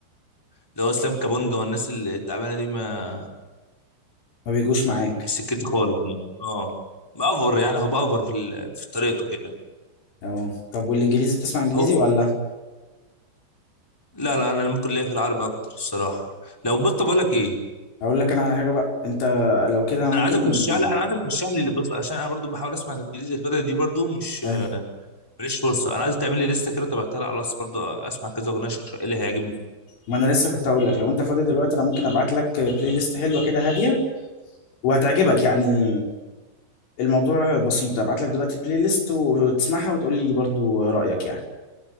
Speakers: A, in the centre; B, on the left (about 85°).
A: اللي هو اسلام كابونجا والناس اللي- التعبانه دي ما
B: ما بيجوش معاك
A: مش سكتي خالص يعني اه بأفر يعني هو بأفر في ال- في طريقته كده
B: اه طب والانجليزي بتسمع انجليزي
A: هو
B: ولا
A: لا لا انا ممكن ليا في العربي اكتر الصراحه لو بص بقول لك ايه
B: اقول لك انا على حاجة بقى انت لو كده انا ممكن
A: انا عايزك ترشح لي انا عايزك ترشح لي اللي- بص عشان انا برضو بحاول اسمع الانجليزي الفتره دي برضو مش
B: أي.
A: ماليش فرصه انا عايز تعمل لي لسته كده تبعتها لي على الواتس برضه اسمع كذا اغنيه اشوف ايه اللي هيعجبني
B: ما انا لسه كنت هقول لك لو انت فاضي دلوقتي انا ممكن ابعت لك بلاي ليست حلوة كده هادية وهتعجبك يعني الموضوع بسيط ابعت لك دلوقتي البلاي ليست وتسمعها وتقول لي برضو رأيك يعني